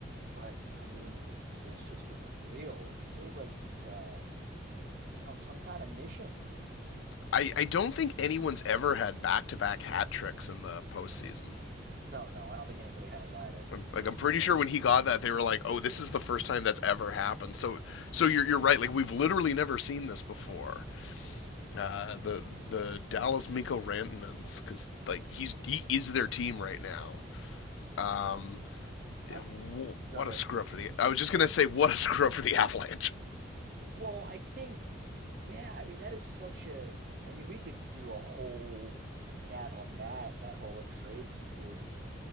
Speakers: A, on the right; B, on the left.
A: But I mean, it's just been unreal. Like it feels like he's uh he's on some kind of mission.
B: I, I don't think anyone's ever had back to back hat tricks in the postseason.
A: No, no, I don't think anybody has either.
B: I'm, like I'm pretty
A: So
B: sure when he got that, they were like, "Oh, this is the first time that's ever happened." So so you're you're right. Like we've literally never seen this before. Uh, the the Dallas Miko Rantanens, because like he's he is their team right now. Um,
A: that's
B: w-
A: go
B: what
A: ahead.
B: a screw up for the. I was just gonna say what a <laughs> screw up for the Avalanche.
A: Well, I think, yeah, I mean, that is such a, I mean, we could do a whole chat on that, that whole uh, trade situation.